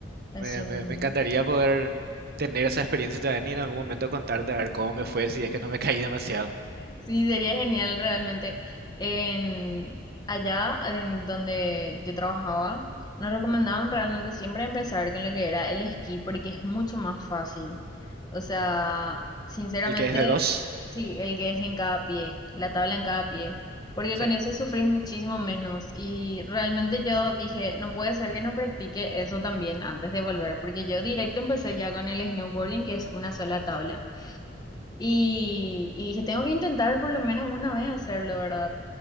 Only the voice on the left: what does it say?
así
mismo.
Sí, sería genial realmente. En, allá en donde yo trabajaba, nos recomendaban realmente siempre empezar con lo que era el esquí porque es mucho más fácil. O sea, sinceramente,
sí, el que es en cada pie, la tabla en cada pie, porque
con ese sufrís muchísimo menos. Y realmente yo dije, no puede ser que no practique eso también antes de volver, porque yo directo empecé ya con el snowboarding, que es una sola tabla. Y, y dije, tengo que intentar por lo menos una vez hacerlo, ¿verdad?